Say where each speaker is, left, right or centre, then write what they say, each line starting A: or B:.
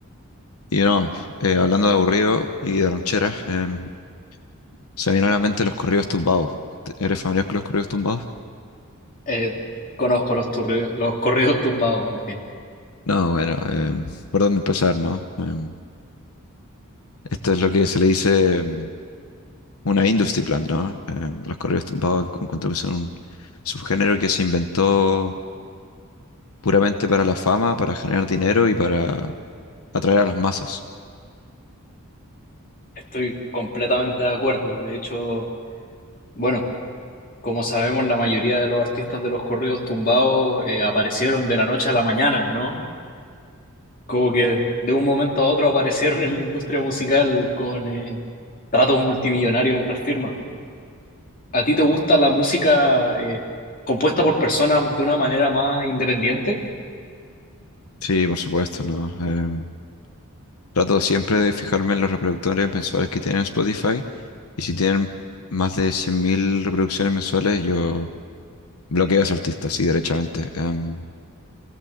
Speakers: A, on the left (about 80°); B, on the left (about 40°).
A: y no, eh, hablando de aburrido y de rancheras, em, se me vienen a la mente los corridos tumbados. ¿Eres familiar con los corridos tumbados?
B: Eh, conozco los, turri- los corridos tumbados, Martín.
A: No, bueno, em, ¿por dónde empezar, no? Em, esto es lo que se le dice em, una industry plant, ¿no? Em, los corridos tumbados encu- encuentro que son un subgénero que se inventó puramente para la fama, para generar dinero y para atraer a las masas.
B: Estoy completamente de acuerdo. De hecho, bueno, como sabemos, la mayoría de los artistas de los corridos tumbados eh, aparecieron de la noche a la mañana, ¿no? Como que de un momento a otro aparecieron en la industria musical con eh, tratos multimillonarios en las firmas. ¿A ti te gusta la música eh, compuesta por personas de una manera más independiente?
A: Sí, por supuesto, ¿no? Em, trato siempre de fijarme en los reproductores mensuales que tienen Spotify y si tienen más de 100.000 reproducciones mensuales, yo bloqueo a ese artista, sí, derechamente. Em,